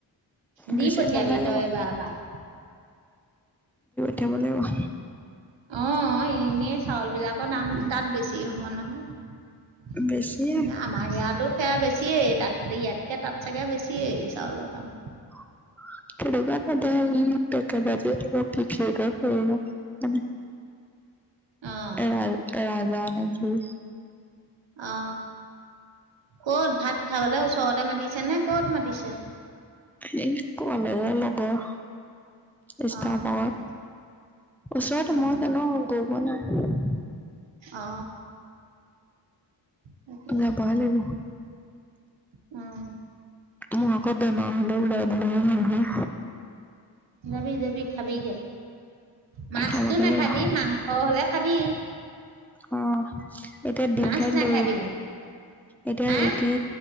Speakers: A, on the right (about 75°); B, in the centre.
A: দি
B: বেছি
A: পঠিয়াবি
B: নালাগে
A: তই
B: বাৰু
A: এবাৰ বা <inaudible>
B: যাব লাগিব।
A: অ এনে চাউল বিলাকৰ দাম তাত বেছি হ'ব নহয়। এনে
B: বেছি
A: আমাৰ ইয়াতো সেয়া বেছ- বেছিয়ে তাত ইয়াতকে তাত চাগে বেছিয়ে চাউলৰ দাম
B: <inaudible> খেকা ব এই পে বাজ <unintelligible> <unintelligible>
A: অ'
B: এ ৰাজা নে কি?
A: অ, কত ভাত খাবলৈ ওচৰতে মাতিছে নে কত মাতিছে?
B: সেই কলেজৰ লগৰ ইচতাবৰ
A: অ' অ'
B: ওচৰতে
A: অ'
B: মই জানো গৈ পোৱা নাই?
A: অ তাকে
B: নেপালিব
A: উম।
B: মই ক বেমা হলে উলাই <unintelligible> নহয়
A: যাবি যাবি খাবিগে, মাছটো
B: খাবগে
A: নাখাবি
B: লাগিব
A: মাংস হলে খাবি।
B: অ এতিয়া ডিম
A: মাছ
B: খাই দিলো,
A: নাখাবি।
B: এতিয়া
A: আহ
B: ৰুটি